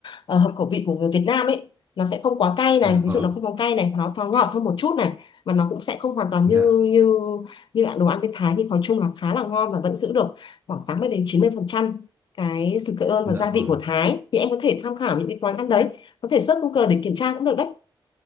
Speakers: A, on the left; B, on the right.
A: ờ, hợp khẩu vị của người Việt Nam ấy nó sẽ không quá cay này
B: dạ vâng
A: ví dụ nó không có cay này nó thoáng ngọt hơn một chút này và nó cũng sẽ không hoàn toàn
B: dạ
A: như như như ạ, đồ ăn bên Thái thì nói chung là khá là ngon và vẫn giữ được khoảng 80 đến 90 phần trăm cái sự cơ ơn
B: dạ
A: và gia vị
B: vâng
A: của Thái thì em có thể tham khảo những cái quán ăn đấy có thể search Google để kiểm tra cũng được đấy